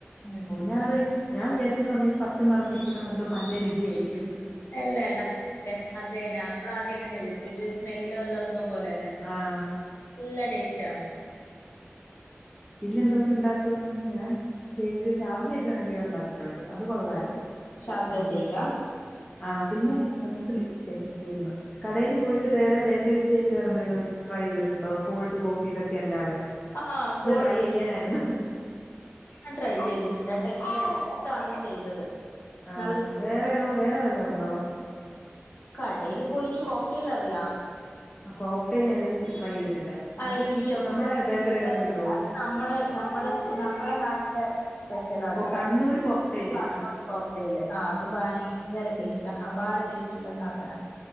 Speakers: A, on the left; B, on the left.
A: ഉം
B: ഞാ ത് ഞാൻ വിചാരിച്ചു പർഞ്ഞ പച്ച നിറ ത്തിരിക്കുന്ന കൊണ്ട് എന്തോ പന്നരുചിയായിരിക്കും
A: അല്ല അല്ല അതെന്നെ ആപ്പള ആദ്യം അങ്ങനെ <unintelligible> ഒരു സ്മെല്ലും എല്ലാം എന്തോ പോല അല്ലേ
B: ആഹ്
A: നല്ല ടേസ്റ്റാ
B: പിന്നെ എന്തൊക്കെ ഉണ്ടാക്കും ഞാൻ ഷേക്ക് ഷാർജൊക്കെ ഉണ്ടാക്കിയിട്ടുണ്ട് അത് കൊള്ളായിരുന്നു
A: ഷാർജ
B: ഉം
A: ഷെയ്ക്കാ
B: ആ പിന്നെ മുസ്ലി ചെ മുസ്ലിംന്ന് കടേല് പോയി ട്ട് വേറേ ബേക്കറി സ്റ്റൈൽ വേറെ എന്തെലും ട്രൈ ചെയ്തിട്ടുണ്ടോ കോൾഡ് കോഫി ഇതൊക്കെല്ലാ
A: ആഹ് കോൾ
B: ട്രൈ ചെയ്യാനായിരുന്നു
A: ഞാൻ ട്രൈ ചെയ്തിട്ടുണ്ട് ആ ടെപ്പി അടുത്താണ് ചെയ്തത്
B: ആഹ്
A: നല്ല
B: ആഹ് വേറെയോ വേറെ വല്ല ഉണ്ടോ
A: കടയിൽ പോയിട്ട് കോക്ടേൽ അറിയാ
B: ആ കോക്ടൈൽ ഞാ ഇതുവരെ ട്രൈ ചെയ്തിട്ടില്ല
A: അയ്യോ
B: അത് ഈ നമ്മുടെ
A: <unintelligible>
B: ബേക്കറിയിലൊക്കെ കിട്ടുവോ
A: അത് നമ്മളെ നമ്മളെ നമ്മളെ നാട്ടിലെ സ്പെഷ്യൽ ആത്
B: ഓ കണ്ണൂർ കോക്ടെയില്
A: കണ്ണൂർ
B: ആ
A: കോക്ടൈൽ ആ അത് ഭയങ്കര ഭയങ്കര ടേസ്റ്റ അബാര ടേസ്റ്റ് ള്ള സാധന